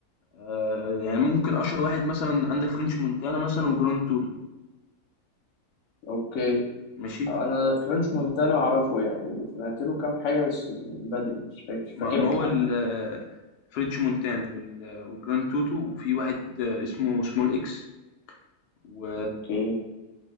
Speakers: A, on the left; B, on the left.
A: آه، يعني ممكن أشهر واحد مثلا عندك فرنش مونتانا مثلا وجراند توتو
B: اوكي
A: ماشي
B: انا فرنش مونتانا اعرفه يعني سمعت له كام حاجه بس من بدري مش فاك- مش
A: ما
B: فاكرهم
A: ما هو
B: حتى
A: ال- آه، فرنش مونتانا وال- والجراند توتو وفي واحد آه، اسمه سمول اكس و...
B: اوكي